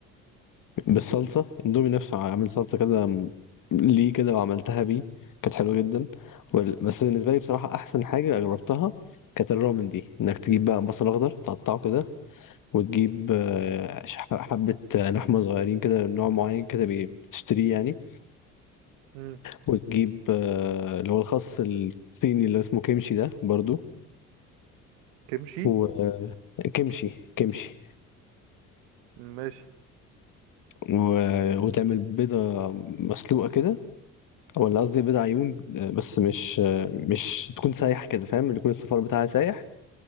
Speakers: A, on the left; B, on the right.
A: بالصلصة اندومي نفسه عامل صلصة كده م- ليه كده وعملتها بيه كانت حلوة جدا وال... بس بالنسبة لي بصراحة أحسن حاجة جربتها كانت الرامن دي إنك تجيب بقى بصل أخضر تقطعه كده وتجيب آه، ش- حبة آه، لحمة صغيرين كده نوع معين كده بي- بتشتريه يعني
B: امم
A: وتجيب آه، اللي هو الخس الصيني اللي اسمه كيمشي ده برضو
B: كمشي
A: وكيمشي كيمشي كيمشي.
B: ماشي
A: و... وتعمل بيضة مسلوقة كده ولا قصدي بيض عيون آه، بس مش آه، مش تكون سايحه كده فاهم اللي يكون الصفار بتاعها سايح